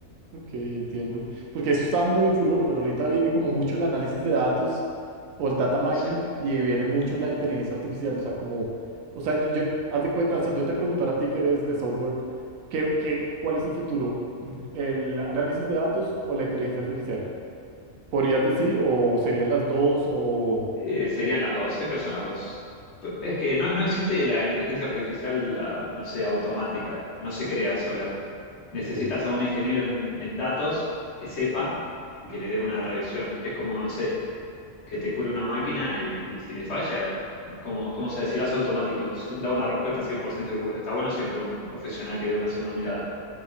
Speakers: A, on the right; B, on the left.
A: ok, entiendo. Porque eso estaba muy en furor, pero ahorita viene como mucho el análisis de datos o el data mining
B: Sí.
A: y viene mucho la inteligencia artificial. O sea, como, o sea, yo, yo- haz de cuenta, si yo te preguntara a ti que eres de software, ¿qué, qué, cuál es el futuro? ¿El análisis de datos o la inteligencia artificial? ¿Podrías decir o serían las dos o...
B: Eh, serían las dos, siempre son las dos. Es que no, no existe la inteligencia artificial, ah, no sé, automática, no se crea sola. necesitas
A: Ok,
B: a un ingeniero en, en datos que sepa y que le dé una revisión. Es como, no sé, que te cure una máquina y si le falla, como, como se decir, hace automático, Si da una respuesta 100% segura. Está bueno siempre un profesional que dé una segunda mirada.